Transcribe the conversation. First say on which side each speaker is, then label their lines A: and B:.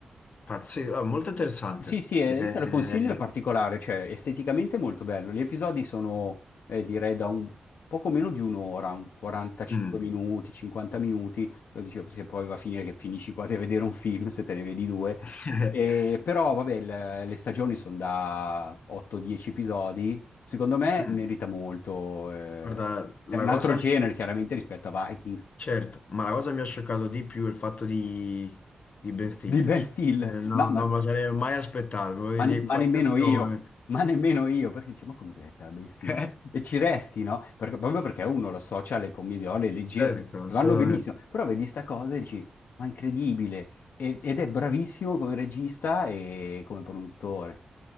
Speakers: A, on the left (about 45°); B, on the left (about 80°).
A: Pazzesco. Ah, molto interessante.
B: Sì, sì, eh,
A: Eh,
B: io te lo consiglio, è particolare, cioè esteticamente è molto bello. Gli episodi sono, eh, direi, da un poco meno di un'ora, un 45
A: mm.
B: minuti, 50 minuti, lo dicevo, se poi va a finire che finisci quasi a vedere un film, se te ne vedi due.
A: <laughs>
B: E, però, vabbè, il- le stagioni sono da 8-10 episodi, secondo me
A: Mm.
B: merita molto. eh,
A: Guarda, la
B: è un altro
A: cosa
B: genere, chiaramente, rispetto a Vikings,
A: Certo, ma la cosa che mi ha scioccato di più è il fatto di, di Ben Stiller.
B: di Ben Stiller,
A: Cioè, no-
B: ma, ma
A: non me lo sarei mai aspettato, volevo
B: Ma,
A: dire
B: ne- ma
A: qualsiasi
B: nemmeno io,
A: nome.
B: ma nemmeno io, perché dici, ma come diretta Ben Stiller?
A: Eh?
B: E ci resti, no? Perché- proprio perché uno lo associa alle commediole leggere,
A: Certo,
B: che
A: assolutamente.
B: vanno benissimo, però vedi sta cosa e dici, ma incredibile, E- ed è bravissimo come regista e come produttore.